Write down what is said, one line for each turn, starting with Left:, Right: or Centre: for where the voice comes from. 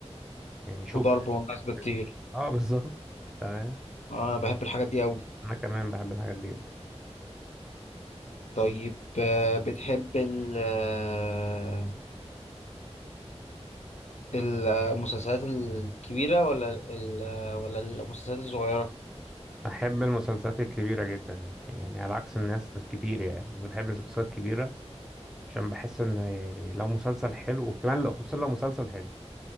Centre: يعني شوك
Left: وضرب
Centre: شوك
Left: والناس بتطير
Centre: كده. اه بالظبط تمام
Left: انا بحب الحاجات دي قوي
Centre: انا كمان بحب الحاجات دي جدا
Left: طيب آه، بتحب ال آه، المسلسلات الكبيرة ولا ال آه، ولا المسلسلات الصغيرة
Centre: بحب المسلسلات الكبيرة جدا يعني على عكس الناس كتير يعني انا بحب المسلسلات الكبيرة عشان بحس ان يعني لو مسلسل حلو وكمان لو- خصوصا لو مسلسل حلو